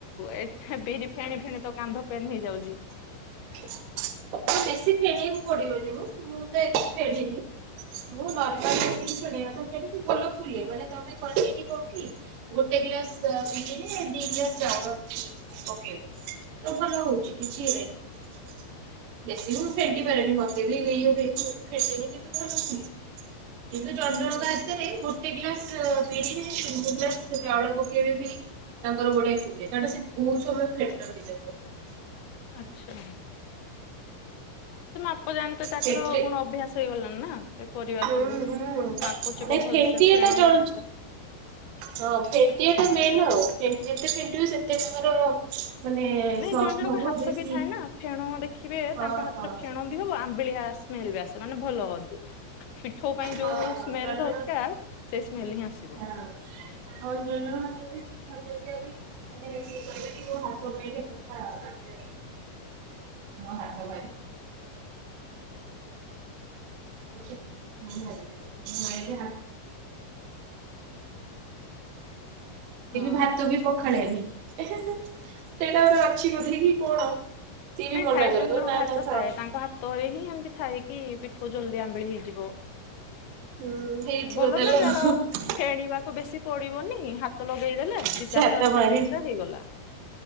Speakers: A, on the left; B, on the right.
A: ଏ ବିରି ଫେଣି-ଫେଣି ତ କାନ୍ଧ ପେନ୍ ହେଇଯାଉଚି।
B: ବେଶୀ ଫେଣେଇବାକୁ ପଡିବନି ମ, ମୁଁ ତ ଏ ଫେଣେଏନି। ମୁଁ ନର୍ମାଲ ଯେତିକି ଫେଣେଇବା କଥା ଫେଣେ, ସେ ଭଲ ଫୁଲେ ମାନେ ତମେ କ୍ୱାଣ୍ଟିଟି <unintelligible> କି ଗୋଟେ ଗ୍ଲାସ୍ ବିରିରେ ଦି ଗ୍ଲାସ୍ ଚାଉଳ ଅଛି। ପକେଇବ, ତ ଭଲ ହଉଛି କିଛି ନାହିଁ। ବେଶୀ ବି ମୁଁ ଫେଣ୍ଟି ପାରେନି ମତେ ବି ଇଏ ହୁଏ <inaudible> କିନ୍ତୁ ଜଣ ଜଣଙ୍କ ହାତେରେ ଗୋଟେ ଗ୍ଲାସ୍ ବିରି ରେ ଦି ଗ୍ଲାସ୍ ଚାଉଳ ପକେଇବେ ବି ତାଙ୍କର ବଢିଆ ଫୁଲେ, କାରଣ ସେ ବହୁତ୍ ସମୟ ଫେଣ୍ଟନ୍ତି ତାକୁ।
A: ଆଚ୍ଛା, ସେ ମାପ ଜାଣିଥିବେ, ତାଙ୍କର
B: ଫେଣ୍ଟିଲେ
A: କଣ ଅଭ୍ୟାସ ହେଇଗଲଣି ନା, ସେ କରିବା
B: ହୁଁ
A: ସବୁ
B: ହୁଁ
A: ମାପଚୁପ
B: ନାଇଁ
A: ଭଲସେ
B: ଫେଣ୍ଟିବା
A: ଫେଣ
B: ଟା ଜଣୁ
A: ଭଲସେ।
B: ହଁ ଫେଣ୍ଟିବା ଟା ମେନ୍ ଆଉ, ଯେତେ ଫେଣ୍ଟିବ ସେତେ ତମର ମାନେ
A: ନାଇଁ
B: ସଫ୍ଟ
A: ଜଣେ ଜଣଙ୍କ
B: ହବ,
A: ହାତ
B: ବେଶୀ
A: ବି ଥାଏ ନା ଫେଣ ଦେଖିବେ
B: ହଁ
A: ତାଙ୍କ ହାତରେ
B: ହଁ
A: ଫେଣ ବି ହବ, ଆମ୍ବିଳିଆ ସ୍ମେଲ୍ ବି ଆସିବ ମାନେ ଭଲ ପିଠୋଉ ପାଇଁ
B: ହଁ
A: ଯୋଉ ସ୍ମେଲ୍
B: ଜଣେ
A: ଦରକାର୍ ସେ ସ୍ମେଲ ହିଁ ଆସିବ।
B: ହଁ <inaudible> <inaudible> ମୋ ହାତ <inaudible> <inaudible> <inaudible> ସିଏ ବି
A: ହଁ
B: ଭାତ
A: ହଁ
B: ବି ପଖାଳେନି, ଏଁହେଁ-ହେଁ ସେଇଟା <unintelligible> ଅଛି ବୋଧେ କିି କଣ। ସିଏ ବି
A: ନାଇଁ ଥାଏ
B: ମନା କରେ
A: ଜଣ
B: କହିବ
A: ଜଣଙ୍କ
B: ନା
A: ହାତ
B: ନା
A: ଥାଏ
B: ଥାଉ।
A: ତାଙ୍କ ହାତରେ ହିଁ ଏମ୍ତି ଥାଏ କି ପିଠଉ ଜଲଦି ଆମ୍ୱିଳି ହେଇଯିବ।
B: ହୁଁ ହେଇଥିବ
A: ଭଲ
B: ତାହେଲେ
A: ନା ଯାର ଫେଣିବା କୁ ବେଶୀ ପଡିବନି ହାତ ଲଗେଇ ଦେଲେ
B: ସେ
A: ଦି ଚାରିଥର
B: ହାତ ମାରି
A: ଫେଣିଦେଲେ ହେଇଗଲା।